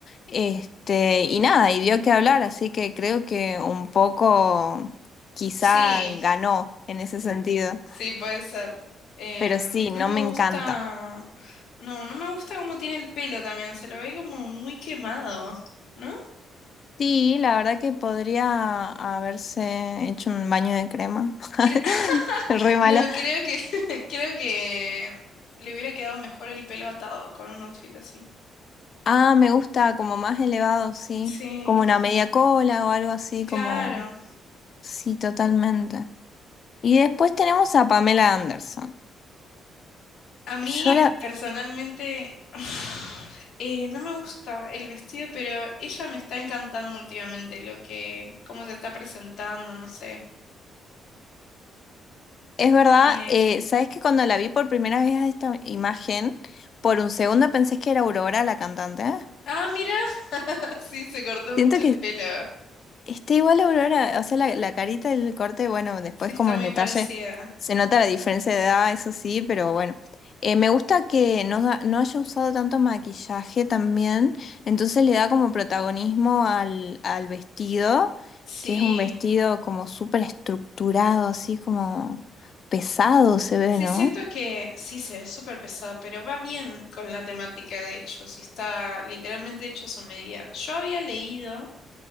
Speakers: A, on the left (about 50°); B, on the left (about 70°).
A: Este, y nada, y dio que hablar, así que creo que un poco quizá
B: Sí,
A: ganó en ese sentido,
B: sí, puede ser. Em,
A: pero sí, no
B: no me
A: me
B: gusta.
A: encanta.
B: No, no me gusta cómo tiene el pelo también. Se lo ve como muy quemado, ¿no?
A: Sí, la verdad que podría haberse hecho un baño de crema. <laughs>
B: Cre- <laughs>
A: Re mala.
B: no, creo que <laughs> creo que le hubiera quedado mejor el pelo atado con un outfit así.
A: Ah, me gusta como más elevado, sí.
B: Sí,
A: Como una media cola o algo así,
B: claro.
A: como... Sí, totalmente. Y después tenemos a Pamela Anderson.
B: A mí
A: Yo la,
B: personalmente <sighs> eh, no me gusta el vestido, pero ella me está encantando últimamente lo que, cómo se está presentando, no sé.
A: es verdad,
B: Me...
A: eh, ¿sabes que cuando la vi por primera vez a esta imagen, por un segundo pensé que era Aurora la cantante?
B: Ah, mira, <laughs> sí, se cortó
A: Siento
B: mucho
A: que
B: el pelo.
A: está igual a Aurora, o sea, la, la carita y el corte, bueno, después
B: Sí, está
A: como en
B: muy
A: detalle
B: parecida.
A: se nota la diferencia de edad, eso sí, pero bueno. Eh, me gusta que no, da- no haya usado tanto maquillaje también, entonces le da como protagonismo al, al vestido,
B: Sí,
A: que es un vestido como súper estructurado, así como pesado se ve,
B: sí,
A: ¿no?
B: siento que sí, se ve súper pesado, pero va bien con la temática, de hecho, sí está literalmente hecho a su medida. Yo había leído